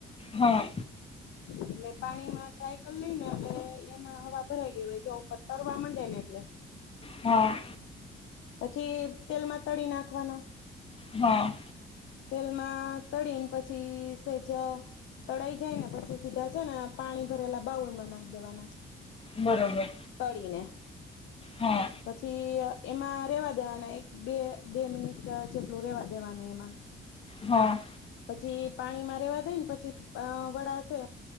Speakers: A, on the left; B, on the left.
A: હા.
B: એટલે પાણીમાં ટ્રાય કર લઈ ને એટલે એમાં હવા ભરાઈ ગઈ હોય જો ઉપર તરવા માંડે ને એટલે
A: હા.
B: પછી તેલમાં તળી નાખવાના
A: હા.
B: તેલમાં તળીને પછી સેજ તળાઈ જાય ને પછી સીધા છે ને પાણી ભરેલા બાઉલમાં નાખી દેવાના.
A: બરોબર
B: તળીને
A: હા
B: પછી એમાં રહેવા દેવાના એક બે બે મિનિટ જેટલું રહેવા દ દેવાનું એમાં
A: હા.
B: પછી પાણીમાં રેવા દઈન પછી અ વડા છે